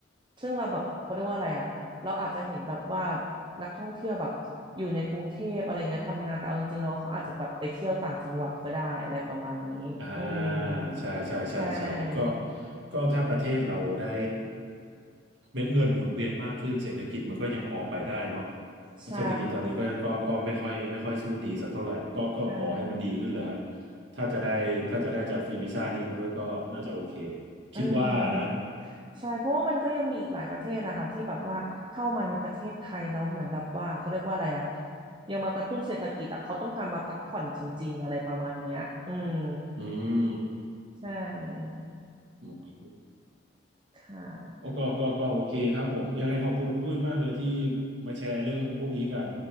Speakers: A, on the right; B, on the right.
A: ซึ่งเราแบบเขาเรียกว่าอะไรอะเราอาจจะเห็นแบบว่านักท่องเที่ยวแบบอยู่ในกรุงเทพอะไรเงี้ยทำงานแต่เอาจริงๆเราเขาอาจจะแบบไปเที่ยวต่างจังหวัดก็ได้อะไรประมาณนี้อืม
B: อ่าใช่ใช่ใช่ใช่ก็
A: ใช่
B: ก็ถ้าประเทศเราได้เม็ดเงินหมุนเวียนมากขึ้นเศรษฐกิจมันก็ยังพอไปได้เนาะ
A: ใช่
B: เศรษฐกิจตอนนี้ก็ก็ก็ไม่ค่อยไม่ค่อยสู้ดีสักเท่าไหร่ก็ก็ขอให้มันดีขึ้นแหล้วฮะ
A: ใช่
B: ถ้าจะได้ถ้าจะได้จากฟรีวีซ่านี้มาด้วยก็น่าจะโอเค
A: ใช่
B: คิดว่านะ
A: อืมใช่เพราะว่ามันก็ยังมีอีกหลายประเทศอะค่ะที่แบบว่าเข้ามาในประเทศไทยแล้วเหมือนแบบว่าเขาเรียกว่าอะไรอะยังมากระตุ้นเศรษฐกิจอะเขาต้องการมาพักผ่อนจริงๆอะไรประมาณเนี้ยอืม
B: อืม
A: ใช่
B: โอเค
A: ค่ะ
B: โอ้ก็ก็ก็โอเคครับผมยังไงขอบคุณคุณด้วยมากเลยที่มาแชร์เรื่องพวกนี้กัน